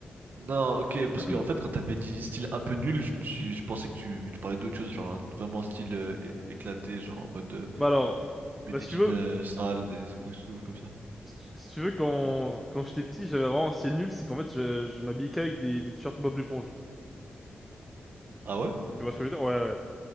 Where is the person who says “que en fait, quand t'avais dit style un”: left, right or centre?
Right